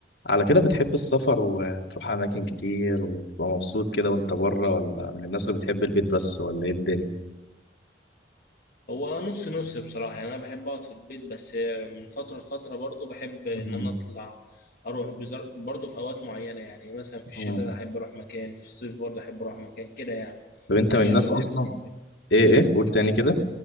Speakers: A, on the left; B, on the left.
A: على كده بتحب السفر وتروح أماكن كتير وتبقى مبسوط كده وأنت بره ولا من الناس اللي بتحب البيت بس ولا إيه الدنيا؟
B: هو نص نص بصراحة يعني أنا بحب أقعد في البيت بس من فترة لفترة برضو بحب إن
A: مم.
B: أنا أطلع أروح بزر- برضو في أوقات معينة يعني مثلا في الشتاء
A: مم.
B: أحب أروح مكان في الصيف برضو أحب أروح مكان كده يعني
A: طب أنت
B: أنت
A: من
B: في
A: الناس
B: الشتاء بتحب
A: أصلا
B: تروح فين؟
A: إيه إيه قول تاني كده